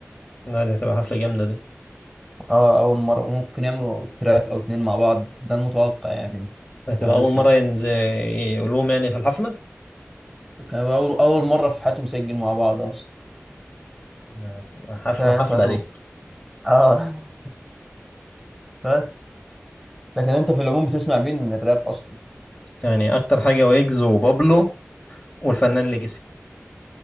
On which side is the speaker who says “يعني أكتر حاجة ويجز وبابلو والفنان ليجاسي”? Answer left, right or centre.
Left